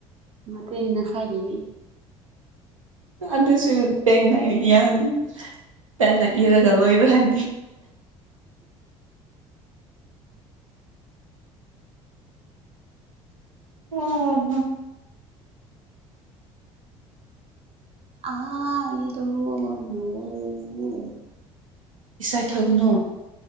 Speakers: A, on the right; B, on the right.
A: ꯃꯗꯨꯗꯤ ꯅꯁꯥꯒꯤꯅꯦ
B: ꯑꯗꯨꯁꯨꯄꯦꯡꯅ ꯌꯥ <unintelligible> ꯍꯥꯍꯥꯍꯥ ꯎꯝ
A: ꯑꯥꯢ ꯗꯣꯟ ꯅꯣ ꯎ
B: ꯏꯁꯥꯏ ꯊꯥꯒꯅꯣ